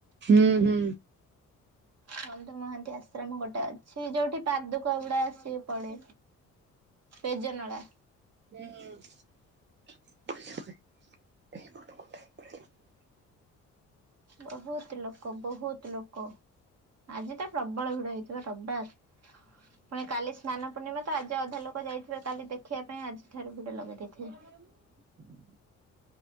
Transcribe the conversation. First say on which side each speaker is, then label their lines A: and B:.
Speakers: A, on the right (about 35°); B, on the right (about 55°).
A: ହୁଁ ହୁଁ।
B: ବନ୍ଧୁ ମହାନ୍ତି ଆଶ୍ରମ ଗୋଟେ ଅଛି, ଯୋଉଠି ପାଦୁକ ଗୁଡା ଆସିକି ପଡେ। ପେଜ ନଳା।
A: ହୁଁ।
B: ବହୁତ ଲୋକ ବହୁତ ଲୋକ ଆଜି ତ ପ୍ରବଳ ଭିଡ ହେଇଥିବ ରବିବାର। ପୁଣି କାଲି ସ୍ନାନ ପୂର୍ଣ୍ଣିମା ତ ଆଜି ଅଧା ଲୋକ ଯାଇଥିବେ କାଲି ଦେଖିବା ପାଇଁ ଆଜି ଅଧାରୁ ଭିଡ଼ ଲଗେଇ ଦେଇଥିବେ।